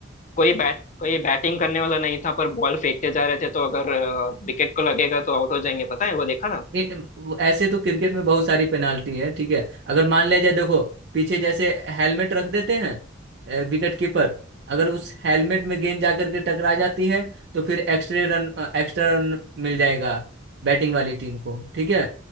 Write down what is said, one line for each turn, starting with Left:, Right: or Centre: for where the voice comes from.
Left: कोई बैट कोई बैटिंग करने वाला नहीं था पर बॉल फेंकते जा रहे थे तो अगर विकेट को लगेगा तो आउट हो जाएंगे पता है वो देखा ना
Right: इ- वो- ऐसे तो क्रिकेट में बहुत सारी पेनाल्टी है ठीक है अगर मान लिया जाए देखो पीछे जैसे हेलमेट रख देते हैं विकेट कीपर अगर उस हेलमेट में गेंद जाकर के टकरा जाती है तो फिर एक्स्ट्रा रन एक्स्ट्रा रन मिल जाएगा बैटिंग वाली टीम को ठीक है